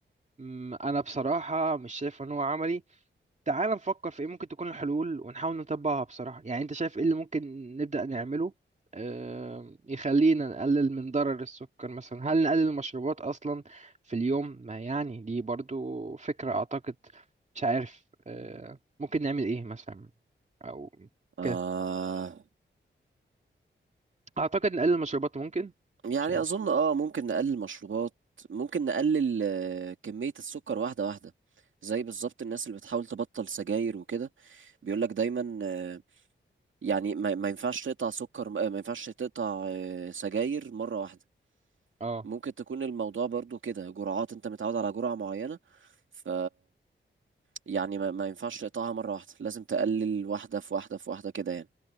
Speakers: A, on the right; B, on the right.
A: مم، انا بصراحة مش شايف ان هو عملي تعال نفكر في ايه ممكن تكون الحلول ونحاول نطبقها بصراحة يعني انت شايف ايه اللي ممكن نبدأ نعمله آه، يخلينا نقلل من ضرر السكر مثلا هل نقلل المشروبات اصلا في اليوم ما يعني دي برضو فكرة اعتقد مش عارف آه، ممكن نعمل ايه مثلا او
B: آه
A: كده اعتقد نقلل المشروبات ممكن
B: يعني
A: مش عارف
B: اظن اه ممكن نقلل مشروبات ممكن نقلل آه، كمية السكر واحدة واحدة زي بالظبط الناس اللي بتحاول تبطل سجاير وكده بيقولك دايما آه، يعني ما ما ينفعش تقطع سكر آه، ما ينفعش تقطع آه، سجاير مرة واحدة
A: اه
B: ممكن تكون الموضوع برضو كده جرعات انت متعود على جرعة معينة ف يعني ما, ما ينفعش تقطعها مرة واحدة لازم تقلل واحدة في واحدة في واحدة كده يعني